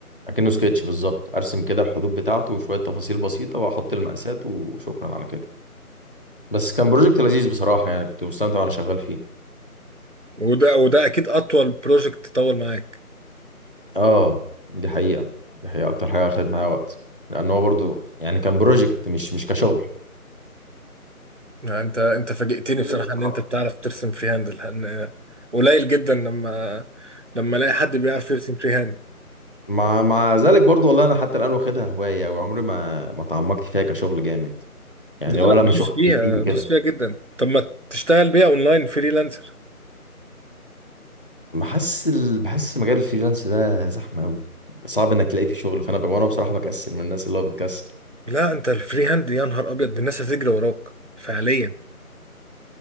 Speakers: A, on the left; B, on the right.
A: اكنه سكتش بالظبط ارسم كده الحدود بتاعته وشويه تفاصيل بسيطه واحط المقاسات وشكرا على كده بس كان بروجكت لذيذ بصراحه يعني كنت مستمتع وانا شغال فيه
B: وده وده اكيد اطول بروجكت طول معاك
A: اه دي حقيقة دي حقيقة اكتر حاجة اخدت معايا وقت لان هو برضو يعني كان بروجكت مش مش كشغل
B: يعني انت انت فاجئتني
A: جميل
B: بصراحه
A: بصراحة
B: ان انت بتعرف ترسم فري هاند لان قليل جدا لما لما الاقي حد بيعرف يرسم فري هاند
A: مع مع ذلك برضو والله انا حتى الان واخدها هواية وعمري ما ما تعمقت فيها كشغل جامد يعني
B: لا لا
A: ولا لما شغل
B: دوس فيها
A: بيجي لي كده
B: دوس فيها جدا طب ما تشتغل بيها اونلاين فريلانسر
A: بحس ال... بحس مجال الفريلانس ده زحمة قوي صعب انك تلاقي فيه شغل فانا ب... وانا بصراحة بكسل من الناس اللي هو بتكسل
B: لا انت الفري هاند يا نهار ابيض دي الناس هتجري وراك فعليا